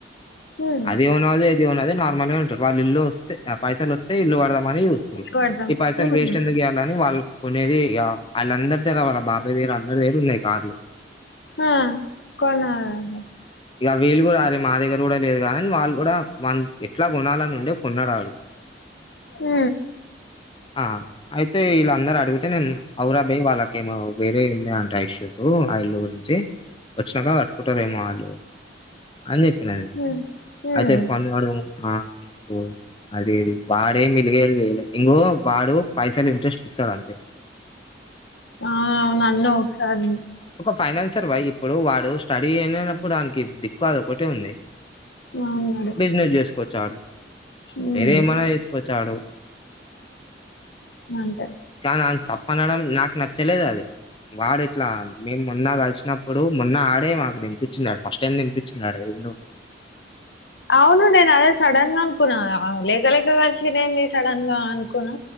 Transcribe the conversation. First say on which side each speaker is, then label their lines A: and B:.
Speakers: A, on the left (about 75°); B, on the left (about 30°).
A: ఉమ్
B: అది గొన్నాలే ఇది కొన్నాలే నాకు మ ఉంటుారు వాళ్ళ ఇల్లు వస్త ఆ పైసలు వస్తే ఇల్లు కడదామని
A: కొడదాం
B: ఈ పైసలు
A: ఉమ్
B: వేస్ట్ ఎందుకు చేయాలని వాళ్లు కొనేది ఇగ వాళ్ళందరి దగ్గర వాళ్ళ బాబాయ దగ్గర అందరి దగ్గర ఉన్నాయి కార్లు
A: ఆ కొనలట
B: ఇక వీళ్ళు కూడా వారి మా దగ్గర కూడా లేదు కాదని వాళ్ళు కూడా ఎట్లా కొనాలని వుండే కొన్నాడు వాడు
A: ఉ
B: ఆ అయితే వీళ్ళ అందరు అడుగు అయితే నేను అవరాబయయి వాళ్ళకేో వేరే అంటాయి ఇష్యూ ఓ అయలురి వ వచ్చినాక కట్టుకుంటారేమో వాళ్ళు అని చె
A: ఉమ్ ఉమ్
B: అయితే ఫోన్ ఇవ్వడం ఆ ఓ అది అది వాడే మిలిగ చేయలే ఇంకో వాడు పైసలు ఇంట్రెస్ట్ ఇస్తాడు అంతే
A: ఆ నన్న ఒకసారి
B: ఫైనాన్స్ సార్ బై ఇప్పుడు వాడు స్టడీ అనప్పుడు దానికి దిక్కు అది ఒకటిే ఉంది
A: అవునడు
B: బిజినెస్ చేసుకోొచ్చా వాడు
A: ఉమ్
B: వేరే ఏమన్నా చేసుకోవచ్చ చడో
A: అంతే
B: నా తప్పనడం నాకు నచ్చలేదు అది వాడట్లా మేము మొన్నా కలిసి అప్పుడు మొన్న ఆడే మాకు తినిపించిన్నాడు ఫస్ట్ టైం తినిపించిన్నాడు ఎందుో
A: అవును నేను అదే సడన్ గా అనుకున్నా లేక లేక కలిసిదేంది సడన్ గా అనుకున్నా